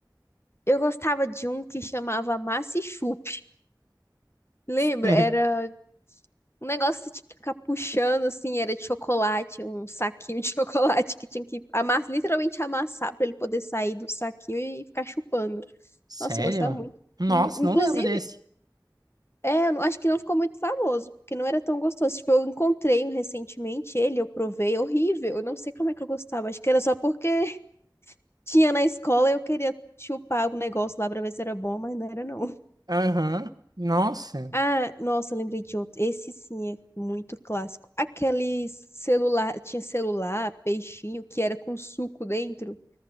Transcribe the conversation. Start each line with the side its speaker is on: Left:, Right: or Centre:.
Left: eu gostava de um que chamava Massa e Chup. Lembra?
Right: Sério?
Left: Era um negócio que você tinha que ficar puxando assim, era de chocolate, um saquinho de <laughs> chocolate que tinha que amassar, literalmente amassar pra ele poder sair do saquinho e ficar chupando.
Right: Sério?
Left: Nossa, eu gostava muito.
Right: Nossa,
Left: Hum,
Right: não
Left: Inclusive,
Right: lembro desse.
Left: É, eu não- acho que não ficou muito famoso, porque não era tão gostoso. Tipo, eu encontrei um recentemente ele, eu provei, é horrível. Eu não sei como é que eu gostava. Acho que era só porque <laughs> tinha na escola e eu queria chupar o negócio lá pra ver se era bom, mas não era não.
Right: Aham. Nossa.
Left: Ah, nossa, lembrei de outro. Esse sim é muito clássico. Aquele celular, tinha celular, peixinho, que era com suco dentro,